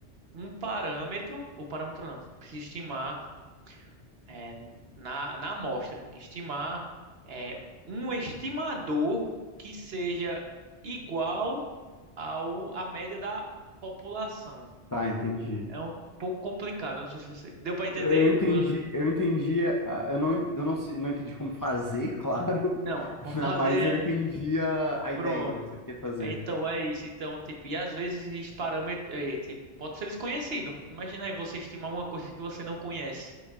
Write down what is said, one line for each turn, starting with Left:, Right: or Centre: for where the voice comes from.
Right: um parâmetro, o parâmetro não, precisa estimar é, na, na amostra, estimar é, um estimador que seja igual ao à média da população.
Left: Tá, entendi.
Right: É um pouco complicado, não sei se vocês deu para
Left: Eu
Right: entender
Left: entendi,
Right: o que eu disse.
Left: eu entendi, a- eu não, eu não sei, não entendi como fazer, claro, <laughs>
Right: Não, vamos
Left: né,
Right: <laughs> fazer
Left: mas eu entendi a, a ideia
Right: pronto.
Left: do que você quer fazer.
Right: É, Então é isso. Então, tipo, e às vezes esses parâmetros, é, tipo, pode ser desconhecido. Imagina aí você estimar uma coisa que você não conhece.